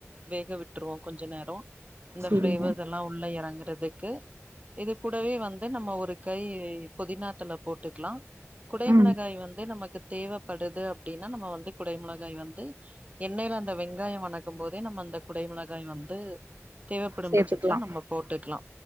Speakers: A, on the right; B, on the right.
A: வேகவிட் ருவோ கொஞ்ச நேரோ இந்த
B: செரிங்க
A: பிளேவர்ஸ் எல்லா உள்ள எறங்குறது க்கு இது கூடவே வந்து நம்ம ஒரு கை புதினா தல போட்டுக்லா குடைமிளகாய்
B: ம்
A: வந்து நமக்கு தேவப்படுது அப்டின்னா நம்ம வந்து குடை மிளகாய் வந்து எண்ணெய்ல அந்த வெங்காயோ வணக்கும் போதே நம்ம அந்த குடை மிளகாய் வந்து தேவப்படும்
B: சேத்துக்கலா
A: பட்சத்துல நம்ம போட்டுக்லா